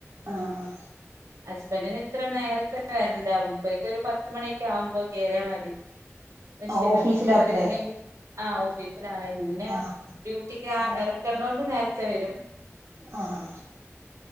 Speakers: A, on the right; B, on the right.
A: ആഹ ആ
B: ഹസ്ബന്റിന് ഇത്ര നേരത്തെ വരണ്ട മുപ്പർ ക്ക് ഒരു പത്തുമണിയൊക്കെ ആവുമ്പോ കേയറിയാൽ മതി അക്ഷെ
A: ആഹ് ഓഫീസിലാക്കൂലേ
B: ബ ആ ഓഫീസിലാണ് ഇന്നെ
A: ആഹ്
B: ഡ്യൂട്ടിക്ക് ഇറക്കണ്ടണ്ട് നേരത്തെ വരും
A: ആഹ